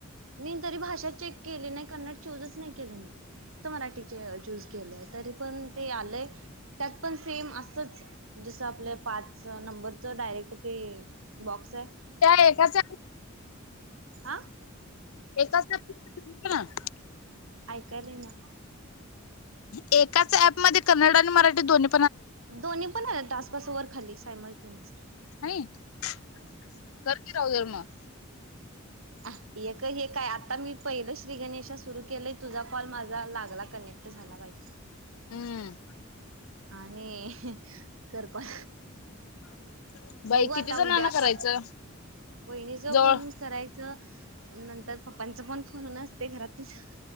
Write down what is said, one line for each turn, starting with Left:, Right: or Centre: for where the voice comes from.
Right: मी तरी भाषा चेक केली नाही, कन्नड- चूजच नाही केलं मी फक्त मराठी चचूज केलंय तरी पण ते आलय त्यात पण सेम असच जस आपलं पाच नंबरच डायरेक्ट ते बॉक्स आहे
Left: त्या एकाच्या
Right: आ
Left: एकाच ना <unintelligible>
Right: ऐकायल येना
Left: एकाच ऍपमध्ये कनड आणि मराठी दोनी
Right: दोनी पण आहे टास्क- अस वर खाली सायमल टेनियसली.
Left: हाय कर की राव हे मग
Right: हे का हे काय आता मी पहिलं श्री गणेश सुरू केलं तुझा कॉल माझा लाग कनेक्ट झाला बाई.
Left: हम्म
Right: आणि कर कॉल
Left: <unintelligible> बाई
Right: बघू आता
Left: किती जणांना
Right: उद्या
Left: करायचं
Right: का वहिणीच
Left: जवळ
Right: फोन करायचं नंतर फक पपांचं पण फोन असत्य घरात त्याच